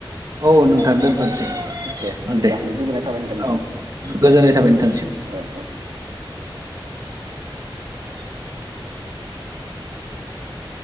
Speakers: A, on the right; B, on the right.
A: औ नोंथां दोनथ'नोसै
B: औ औ बिदिब्ला
A: दे
B: गोजोननाय थाबाय नोंथांनिसिम
A: औ गोजोननाय थाबाय
B: औ
A: नोंथांसिम।
B: औ औ <inaudible>
A: <inaudible>